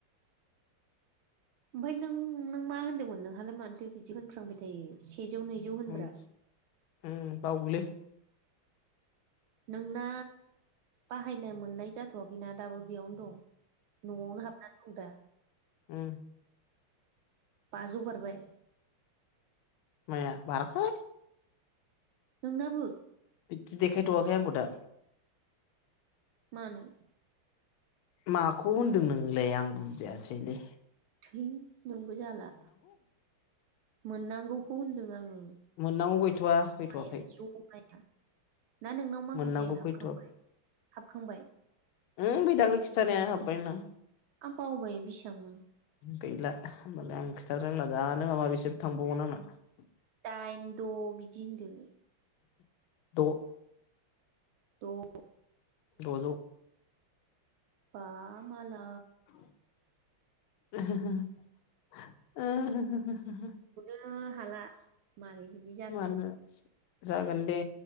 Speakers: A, on the right; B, on the left.
A: ओमफ्राय नों नों मा होनदोंमोन नोंहालाय मानोथो बिदि होनफ्रांबाय थायो सेजौ नैजौ होनब्रा
B: ओम होम बावोलै।
A: नोंना बाहायनो मोननाय जाथ'वाखैना दाबो बेयावनो दं। न'आवनो हाबनानै दं दा?
B: ओम
A: बाजौ बारबाय।
B: माया बाराखौ।
A: नोंनाबो?
B: बिदि देखायथ'वाखै आंखौ दा।
A: मानो?
B: माखौ होनदों नोंलाय आं बुजायासैलै?
A: है। नोंबो जाला। मोननांगौखौ होनदों आङो।
B: मोननांगौ गैथ'वा
A: ज'माया
B: फैथ'वाखै
A: ज'माया ना नोंनाव माखासे
B: मोननांगौ
A: हाबखांबाय?
B: फैथ'वाखै
A: हाबखांबाय?
B: उम बै दाखालै खिथानाइया हाबबाय आंना।
A: आं बावबाय बेसेबांमोन?
B: गैला होमबालाय आं खिथा रोंला दानो माबा माबिसो थांबावगोन आंना। <unintelligible>
A: दाइन द' बिदि होनदो।
B: द'।
A: द'।
B: दजौ।
A: बा माला
B: <inaudible>
A: ओ हाला। मारै बिदि जाखो?
B: मानो जागोन दे।